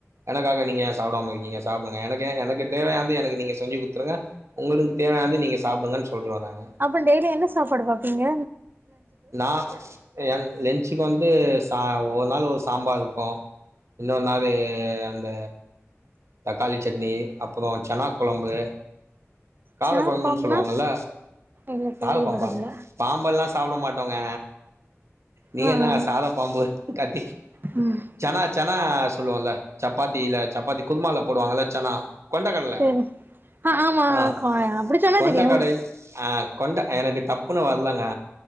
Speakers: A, on the right; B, on the right.
A: எனக்காக நீங்க சாப்படாம இருக்கீங்க சாப்படுங்க எனக்கு எனக்கு தேவையானந்து எனக்கு நீங்க செஞ்சு குடுத்துருங்க உங்களுக்கு தேவையாவது நீங்க சாப்டுங்கன்னு சொல்ற நானு
B: அப்ப டெய்லி என்ன சாப்பாடு சாப்டுவீங்க
A: நா எ லென்ச்சுக்கு வந்து ச ஒரு நாள் ஒரு சாம்பார் இருக்கு இல்லன்னா அது அந்த தக்காளி சட்னி அப்பறோ சென்னா கொழம்பு கால
B: சனா
A: கொழம்புன்
B: கொழம்புனா
A: சொல்லுவாங்கல்ல
B: இல்ல கேள்விப்பட்டதில்ல
A: கால பாம்பா பாம்பெல்லா சாப்ட மாட்டோங்க நீங்க
B: ஆ
A: என்னங்க
B: ஆ
A: சாத பாம்பு கட்டி
B: ம்
A: செனா செனா சொல்லுவோல சப்பாத்தில சப்பாத்தி குருமால போடுவாங்கல்ல செனா கொண்ட கல்ல
B: சேரி ஆமா
A: ஆ
B: கா அப்டி சொன்னா
A: கொண்ட
B: தெரியு
A: கடை ஆ கொண்ட எனக்கு டப்புனு வர்லங்க